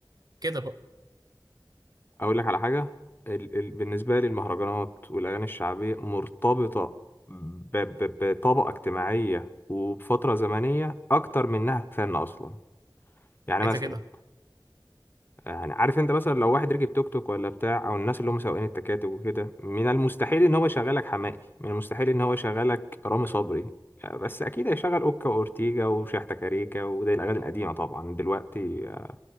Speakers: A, on the right; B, on the left.
A: كده بقى
B: اقول لك على حاجه ال... ال... بالنسبه لي المهرجانات والاغاني الشعبيه مرتبطه ب... ب... بطبقه اجتماعيه وبفتره زمنيه اكتر من انها فن اصلا يعني
A: كده
B: مثلا
A: كده
B: يعني عارف انت مثلا لو واحد ركب توك توك ولا بتاع او الناس اللي هم سواقين التكاتك وكده من المستحيل ان هو يشغلك حماقي من المستحيل ان هو يشغلك رامي صبري آه، بس اكيد هيشغل اوكا واورتيجا وشحتة كاريكا وده الاغاني القديمه طبعا دلوقتي آه،